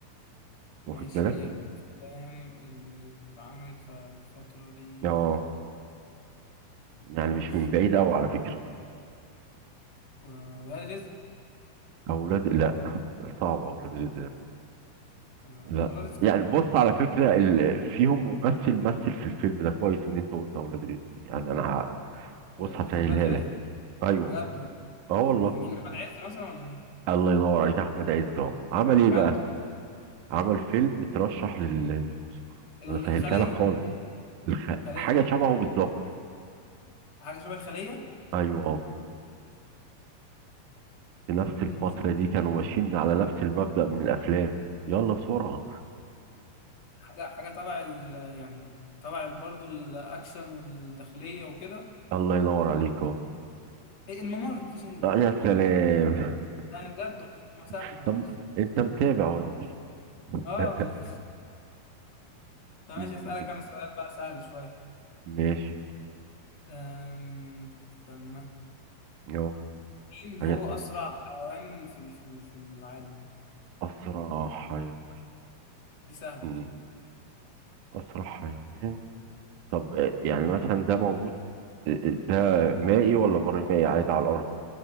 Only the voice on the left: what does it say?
ماشي
إيه الأفلام اللي اتعملت في الفترة دي
ماشي
آه، ولاد رزق
آه،
ولاد رزق
كان
حلو.
آه،
في ولاد رزق
بجد والله.
آه، مين أحمد عز مثلا ولا مين؟
بجد
ال-
الخلية
خلية
حاجة شبه الخلية
أنا مش
حاجة حاجة تبع ال يعني تبع ال- برضو الأكشن والداخلية وكده
إيه الممر مفيش غيره
أنا بجد والله ما
سهلة
والله
آه
طب
ماشي أسألك أنا سؤال بقى سهل شوية
أم... استنى
مين هو
أسرع حيوان في ال- في ال- في العالم؟
دي سهلة
دي